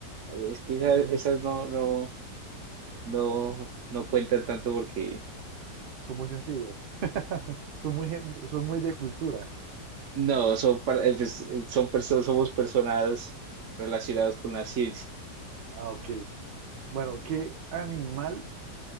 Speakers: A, on the right; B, on the right.
A: es que esa-
B: Mm,
A: esas, no, no, no, no cuentan tanto porque
B: son muy sencillas. <laughs> Son muy, gen- son muy de cultura.
A: no, son, par- eh, pues, son personas, somos personas relacionadas con la ciencia.
B: Ah, ok. Bueno, ¿qué animal